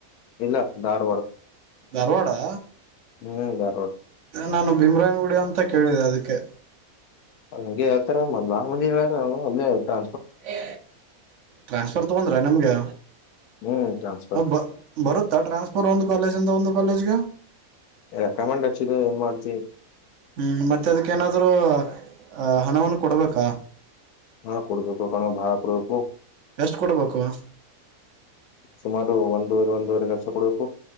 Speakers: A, on the left; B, on the right.
A: ಇಲ್ಲ ಧಾರವಾಡ.
B: ಧಾರ್ವಾಡಾ.
A: ಹ್ಮ್ ದಾರ್ವಾಡ್.
B: ನಾನು ಭೀಮ್ರಾಯನ್ ಗುಡಿ ಅಂತ ಕೇಳಿದೆ ಅದಿಕ್ಕೆ.
A: ಹಂಗೆ ಆತರ ಬಾಳ ಮಂದಿ ಅದಾರೋ ಅಲ್ಲೇ ದಾ
B: ಏ ಟ್ರಾನ್ಸ್ಫರ್ ತಗೊಂದ್ ರ ನಮ್ಗೆ.
A: ಹ್ಮ್ ಟ್ರಾನ್ಸ್ಫರ್
B: ಅವ್ದ್ ಬ ಬರುತ್ತಾ ಟ್ರಾನ್ಸ್ಫರ್ ಒಂದ್ ಕಾಲೇಜಿಂದ ಒಂದು ಕಾಲೇಜಿಗೆ.
A: ರೆಕಮೆಂಡ್ ಹಚ್ಚಿದೆ ಹೆಂಗ್ ಮಾಡ್ತಿ.
B: ಹ್ಮ್ ಮತ್ತೆ ಅದಕ್ಕೇನಾದ್ರೂ ಆ ಹಣವನ್ನು ಕೊಡ್ಬೇಕಾ.
A: ಹಾ ಕೊಡ್ಬೇಕು ರೊಕ್ಕನಾ ಭಾಳ್ ಕೊಡ್ಬೇಕು.
B: ಎಷ್ಟು ಕೊಡ್ಬೇಕು
A: ಸುಮಾರು ಒಂದುವರೆ ಒಂದೂವರೆ ಲಕ್ಷ ಕೊಡ್ಬೇಕು.